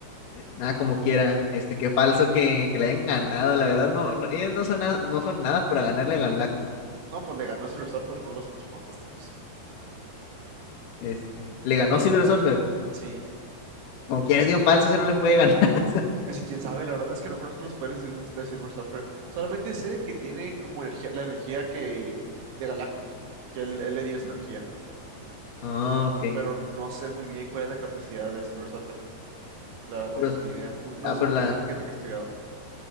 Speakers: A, on the left; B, on the right.
A: Y Nada como quiera. Este, qué falso que, que le hayan ganado. La verdad, no, no, ellos no son, nada- no son nada para ganarle a Galactus.
B: No, pues le ganó a Silver Surfer, no a los Cuatro Fantásticos.
A: Este, le ganó
B: Pero la-
A: Silver Surfer.
B: sí.
A: Como quiera es bien falso, se no le puede ganar. <laughs>
B: Es que quién sabe, la verdad es que no conozco los poderes del- de Silver Surfer. Solamente sé que tiene como energía, la energía que de Galactus, que él, él le dio esa energía,
A: Ah, ok.
B: pero no sé muy bien cuál es la capacidad de Silver Surfer. La verdad no
A: Pero,
B: tengo ni idea. Nun- No,
A: ah,
B: es
A: pero
B: un
A: la,
B: personaje que tenga estudiado.